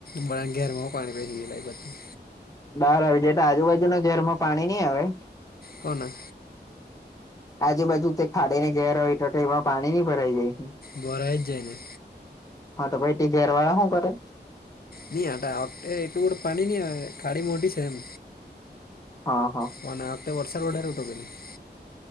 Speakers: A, on the left (about 60°); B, on the left (about 20°).
A: બડાા ગરમ પાણી પે એ લ પતી
B: બહાર આવે જે તો આજુબાજુના ઝેરમાં પાણી નહી આવે
A: હ ના
B: આજુબાજુ તે ખાડી ને ઘેર હોય તો કે એમાં પાણી ન ભરાઈ ગાય
A: બોરા જઈને
B: હા તો ભાઈ તે ઘેરવાયા હું કરે
A: નઈ આવખતે એટલુંર પાણી નહી ખાડી મોટી છે એમ
B: હા હા
A: <unintelligible>